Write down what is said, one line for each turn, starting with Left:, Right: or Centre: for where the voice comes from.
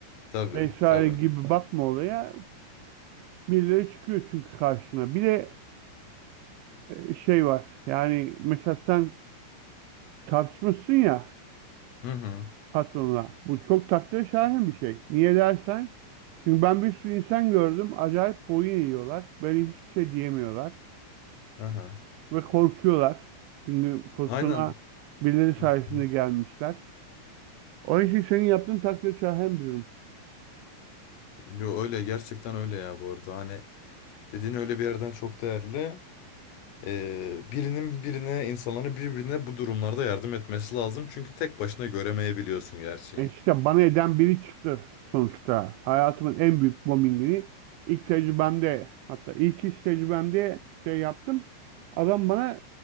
Left: tabii,
Right: vesaire
Left: tabii.
Right: gibi bakma olaya. Birileri çıkıyor çünkü karşına. Bir de e, şey var. Yani mesela sen tartışmışsın ya
Left: Hı hı,
Right: patronla. Bu çok takdire şayan bir şey. Niye dersen? Çünkü ben bir sürü insan gördüm. Acayip boyun eğiyorlar. Böyle hiçbir şey diyemiyorlar.
Left: hı hı.
Right: Ve korkuyorlar. Çünkü pozisyona
Left: Aynen.
Right: birileri sayesinde
Left: Hı hı.
Right: gelmişler. O işi senin yaptığın takdir şayan bir durum.
Left: Yo öyle gerçekten öyle ya bu arada. Hani dediğin öyle bir yerden çok değerli. Ee, birinin birine, insanların birbirine bu durumlarda yardım etmesi lazım. Çünkü tek başına göremeyebiliyorsun gerçeği.
Right: E İşte bana eden biri çıktı sonuçta. Hayatımın en büyük bombingini ilk tecrübemde hatta ilk iş tecrübemde şey yaptım. Adam bana